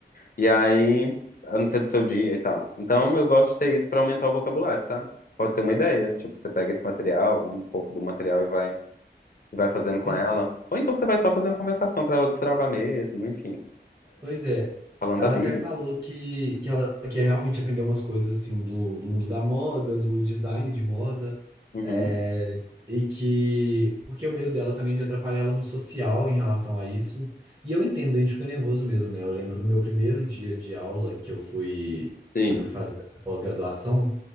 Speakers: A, on the left; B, on the right.
A: E aí, a não ser do seu dia e tal. Então eu gosto de ter isso pra aumentar o vocabulário, sabe? Pode ser uma ideia. Tipo, você pega esse material, um pouco do material e vai, e vai fazendo
B: Sim,
A: com ela. Ou então você vai só fazendo conversação pra ela destravar mesmo, enfim.
B: Pois é.
A: Falando
B: Ela
A: da
B: até
A: vida.
B: falou que, que ela quer realmente aprender umas coisas assim do, do mundo da moda, do design de moda.
A: Uhum.
B: é, e que. Porque o medo dela também é de atrapalhar ela no social em relação a isso. E eu entendo, a gente fica nervoso mesmo, né? Eu lembro no meu primeiro dia de aula que eu fui,
A: Sim.
B: que eu fui fazer a minha pós-graduação.